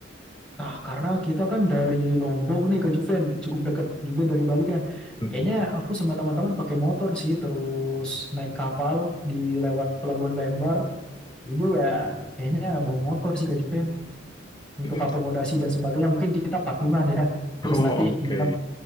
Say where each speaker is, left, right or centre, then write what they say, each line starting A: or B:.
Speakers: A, in the centre; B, on the left.
A: Nah, karena kita kan dari Lombok nih Kak Juven, cukup dekat juga dari Bali kan.
B: Mm-mm.
A: Kayaknya aku sama teman-teman pakai motor sih, terus naik kapal di lewat Pelabuhan Lembar. Jadi ya kayaknya bawa motor sih Kak Juven. Untuk
B: Mm.
A: akomodasi dan sebagainya mungkin kita patungan ya. Terus
B: Oh,
A: nanti
B: oke.
A: nginep